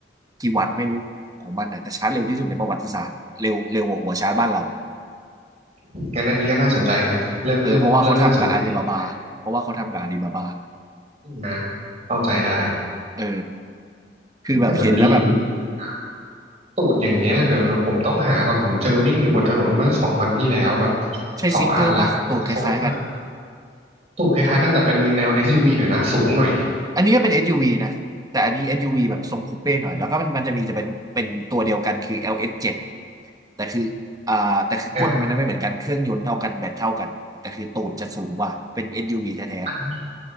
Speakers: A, on the right; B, on the right.
A: กี่วัตต์ไม่รู้ของมันนะแต่ชาร์จเร็วที่สุดในประวัติศาสตร์เร็วเร็วกว่าหัวชาร์จบ้านเรา
B: งั้นอันนี้ก็น่าสนใจนะ เริ่มเริ่มเริ่มน่าสนใจดี
A: เออเพราะว่าเขาทำกับอาลีบาบาเพราะว่าเขาทำกับอาลีบาบา
B: นะเข้าใจได้
A: เออคือแบบเห็นแล้วแบบ
B: แต่มันมีอยู่รุ่นหนึ่ง ตูดอย่างเงี้ยเดี๋ยวเดี๋ยวผมต้องหาก่อนผมเจอวิ่งอยู่บนถนนเมื่อสองวันที่แล้วแบบ
A: ใช่ซิกเกอร์ปะตูดคล้ายๆกัน
B: สองคันละสวยมากตูดคล้ายๆกันแต่เป็นแนว SUV หน่อยนะสูงหน่อย
A: อันนี้ก็เป็น SUV นะแต่อันนี้ SUV แบบทรงคูเป้หน่อยแล้วก็มันมันจะมีจะเป็นเป็นตัวเดียวกันคือ LS7 แต่คืออ่าแต่คือก้นมันไม่เหมือนกันเครื่องยนต์เท่ากันแบตเท่ากันแต่คือตูดจะสูงกว่าเป็น
B: แนว
A: SUV แท้
B: อัน